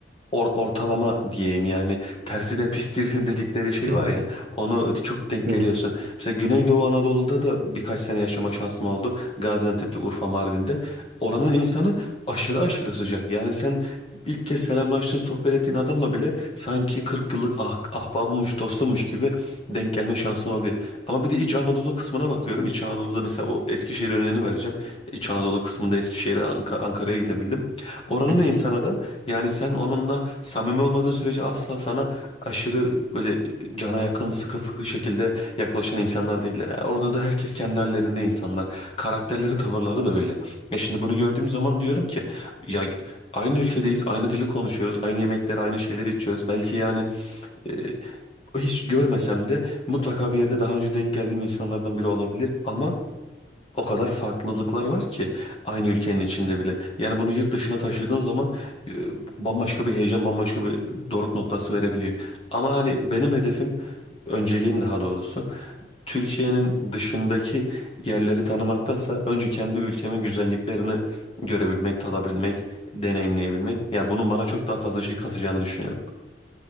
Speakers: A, on the left; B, on the right.
A: or- ortalama diyeyim yani tersi de pistir <laughs> dedikleri şey
B: <laughs>
A: var ya onu çok denk
B: Evet.
A: geliyorsun. Mesela Güneydoğu Anadolu'da da birkaç sene yaşama şansım oldu. Gaziantep'te, Urfa, Mardin'de. Oranın insanı aşırı aşırı sıcak. Yani sen ilk kez selamlaştığın, sohbet ettiğin adamla bile sanki 40 yıllık ah, ahbabımmış, dostummuş gibi denk gelme şansın oluyor. Ama bir de İç Anadolu kısmına bakıyorum. İç Anadolu'da mesela o Eskişehir örneğini vereceğim. İç Anadolu kısmında Eskişehir'e, Anka- Ankara'ya gidebildim. Oranın
B: Hı hı.
A: insanı da yani sen onunla samimi olmadığın sürece asla sana aşırı böyle cana yakın sıkı fıkı şekilde yaklaşan insanlar değiller. Yani Orada da herkes kendi hallerinde insanlar. Karakterleri, tavırları da öyle. Ya şimdi bunu gördüğüm zaman diyorum ki ya aynı ülkedeyiz, aynı dili konuşuyoruz, aynı yemekleri, aynı şeyleri içiyoruz. Belki yani e, hiç görmesem de mutlaka bir yerde daha önce denk geldiğim insanlardan biri olabilir ama o kadar farklılıklar var ki aynı ülkenin içinde bile. Yani bunu yurt dışına taşıdığın zaman e, bambaşka bir heyecan, bambaşka bir doruk noktası verebiliyor. Ama hani benim hedefim, önceliğim daha doğrusu Türkiye'nin dışındaki yerleri tanımaktansa önce kendi ülkemin güzelliklerini görebilmek, tadabilmek, deneyimleyebilmek. Ya bunun bana çok daha fazla şey katacağını düşünüyorum.